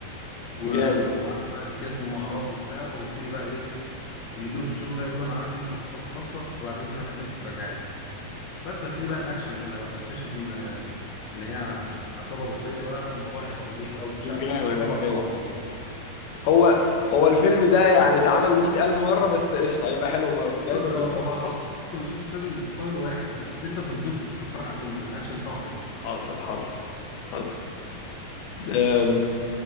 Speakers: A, on the left (about 65°); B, on the left (about 85°).
A: و-
B: جامد
A: وعنده بقى سكيلز ومهارات وبتاع وابتدي بقى ايه المدير في الشغل ده يقول له انا عارف ان انت كنت في قوات خاصه فبعد اذنك انا نفسي ترجعني بس هبتدي بقى الاكشن من هنا بقى اكتشف ان ان هي عصابه روسيه بقى والموضوع هيبقى مريب او مش
B: جامد
A: عارف يعني، الموضوع هيبقى صعب
B: جامد
A: عليه
B: هو هو الفيلم ده يعني اتعمل مئة ألف مرة بس قشطة هيبقى حلو برضه دايما
A: بص
B: بيبقى
A: هو هو
B: زي-
A: اصلا جيسون ستاثام ستايله واحد بس انت بتنبسط وانت بتتفرج على الفيلم الاكشن بتاعه حلو
B: حصل حصل حصل أم،